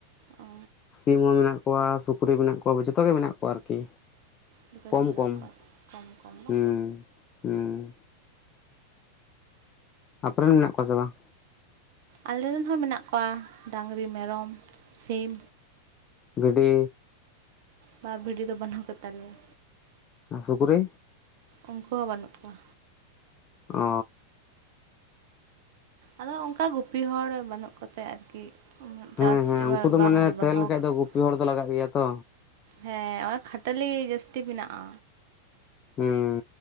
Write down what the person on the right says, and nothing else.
ᱚ
ᱡᱚᱛᱷᱚ
ᱜᱮ ᱢᱮᱱᱟᱜ
ᱠᱚᱣᱟ ᱠᱚᱢ ᱠᱚᱢ ᱵᱟ
ᱟᱞᱮ ᱨᱮᱱ ᱦᱚᱸ ᱢᱮᱱᱟᱜ ᱠᱚᱣᱟ ᱰᱟᱝᱨᱤ ᱢᱮᱨᱚᱢ ᱥᱤᱢ
ᱵᱟ ᱵᱷᱤᱰᱤ ᱫᱚ ᱵᱟᱹᱱᱩᱜ ᱠᱚ ᱛᱟᱞᱮᱭᱟ
ᱩᱱᱠᱩ ᱦᱚᱸ ᱵᱟᱹᱱᱩᱜ ᱠᱚᱣᱟ
ᱟᱫᱚ ᱚᱱᱠᱟ ᱜᱩᱯᱤ ᱦᱚᱲ ᱵᱟᱹᱱᱩᱜ ᱠᱚᱛᱮ ᱟᱨᱠᱤ ᱩᱱᱟᱹᱜ
ᱪᱟᱥ
ᱮᱵᱟᱨ
ᱵᱟᱝᱞᱮ
ᱫᱚᱦᱚ
ᱠᱟᱜ
ᱠᱚᱣᱟ
ᱦᱮᱸ ᱚᱱᱟ ᱠᱷᱟᱴᱟᱹᱞᱤ ᱡᱟᱹᱥᱛᱤ ᱢᱮᱱᱟᱜᱼᱟ